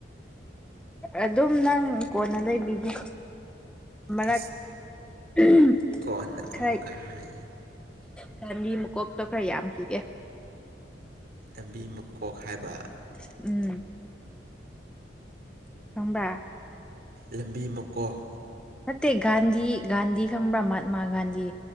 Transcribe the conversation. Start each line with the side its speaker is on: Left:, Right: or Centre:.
Centre: ꯑꯗꯨꯝ ꯅꯪ ꯀꯣꯟꯅ ꯂꯩꯕꯤꯒꯦ ꯃꯔꯛ
Right: ꯑꯁ
Centre: ꯎꯝ
Right: ꯀꯣꯟꯅ
Centre: ꯈꯔꯥꯏ
Right: ꯑꯃꯨꯛꯀ ꯍꯥꯏꯌꯦ
Centre: ꯄꯥꯟꯕꯤ ꯃꯀꯣꯛꯇꯣ ꯈꯔ ꯌꯥꯝꯈꯤꯒꯦ
Right: ꯂꯝꯕꯤ ꯃꯀꯣꯛ ꯍꯥꯏꯕ
Centre: ꯎꯝ <unintelligible>
Right: ꯂꯝꯕꯤ ꯃꯀꯣꯛ
Centre: ꯅꯠꯇꯦ ꯒꯥꯟꯙꯤ ꯒꯥꯟꯙꯤ ꯈꯪꯕ꯭ꯔꯥ ꯃꯍꯥꯇꯃꯥ ꯒꯥꯟꯙꯤ